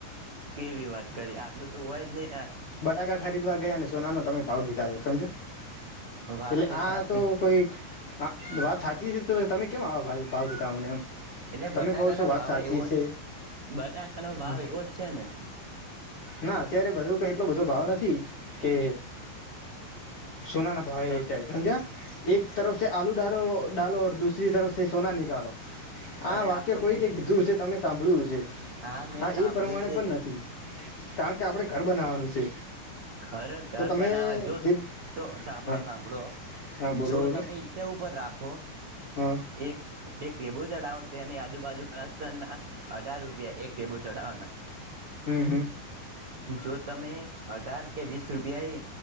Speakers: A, on the right; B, on the left.
A: કેવી વાત કરી આટલું તો હો જ ન
B: બટાકા ખરીદવા ગયા ને સોના નો તમે ભાવ ગીધા છે સમજ એટલે
A: વાત
B: આ
A: સાચી
B: તો કોઈ હા વાત સાચી છે તો તમે કેમ આવો ભાઈ પાવ કીતામને એમ
A: એટલે
B: તમે
A: બટાકાનોો
B: કહો છો વાત
A: ભાવ
B: સાચી
A: એવો
B: છે
A: જ બટાકાનોો ભાવ
B: હા.
A: એવો જ છે ને
B: ના અત્યારે બધું કઈ એટલો બધો ભાવ નથી કે સોના ના ભાવે
A: તો
B: વિેચાય સમજ એક તરફસે આલુ ડો ડાલો દૂસરી તરફ સોના નિકાલો આ
A: અરે
B: વાક્ય
A: આપ તો
B: કોઈ ક કીધું છે તમે સાંભળ્યુંશે
A: હા મેં
B: આ
A: સાંભળ્યું
B: એ પ્રમાણે
A: છે
B: પણ નથી કારણ કે આપણે ઘર બનાવાનું છે
A: ઘરે ઘર
B: તો તમે
A: બનાવા જો
B: જે
A: તો સાંભળો
B: હા
A: સાંભળો
B: હા બોલો
A: જો
B: બોલો
A: તમે ઇંટો ઉપર રાખો
B: હા
A: એક એક ઢેબુ ચડાવવાનું તેની આજુબાજુ પ્લસ <unintelligible> ના અઢાર રૂપિયા એક ઢેબુ ચડાવવાના
B: હમ હમ
A: જો તમે અઢાર કે વીસ રૂપિયા હ